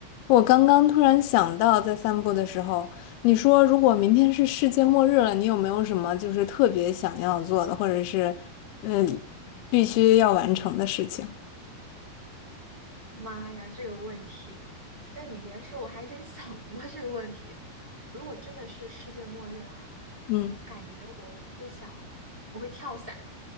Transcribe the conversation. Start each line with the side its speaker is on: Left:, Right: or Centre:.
Left: 我刚刚突然想到，在散步的时候，你说如果明天是世界末日了，你有没有什么就是特别想要做的，或者是嗯、呃必须要完成的事情？
Right: 妈呀，这个问题！但你别说，我还真想过 <laughs> 这个问题。如果真的是世界末日啦，
Left: 嗯，
Right: 我感觉我会想，我会跳伞，